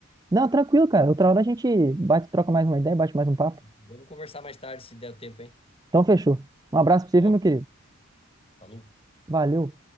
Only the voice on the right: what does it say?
Não, tranquilo, cara. Outra hora a gente bate, troca mais uma ideia, bate mais um papo.
Então fechou. Um abraço pra você,
viu, meu querido?
Valeu.